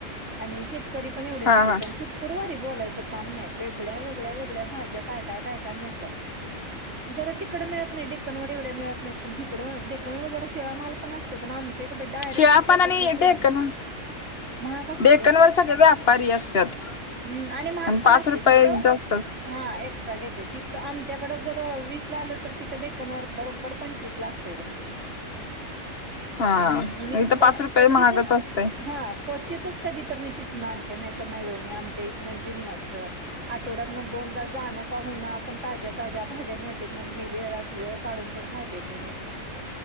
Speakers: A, on the right (about 65°); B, on the left (about 50°).
A: आणि शेत तरी पण एवढे
B: हा
A: नसेत
B: हा
A: पण शुकुरवारी बोलायचं काम नाही, वेगळ्या वेगळ्या वेगळ्या भाज्या काय काय काय काय मिळत्यात, जरा तिकड मिळत नाही डेक्कन वर मिळत नाही पण तिकड डेक्कन वर जरा शिळ माल पण असतय, पण आमच्या इकड डायरेक्ट
B: शिळा
A: शेतात
B: पण आणि
A: न तोडून
B: डेकन
A: महाग असतय
B: डेकन
A: डेक्कन वर
B: सगळे व्यापारी असतात
A: हम. आणि म्हाग पण
B: पाच
A: असतय
B: रुपये
A: हित
B: जास्त
A: हा एक्स्ट्रा घेत्यात. तर आमच्याकडे जर वीस ला आलं तर तिथं, डेकनवर बरोबर पंचवीस ला असतय. बघते बघते
B: हा
A: म मी
B: इथं पाच
A: क्वचितच
B: रुपये महागच असतय
A: हा क्वचितच कधी तर मी तिथन आणते नाही तर नाही बाई मी आम म्हजे म द आठवड्यातन दोनदा जाणं न का व्हईना आपण ताज्या ताज्या भाज्या मिळत्यात, म्हणून मी वेळात वेळ काढून जाऊन भाज्या घेऊन येते.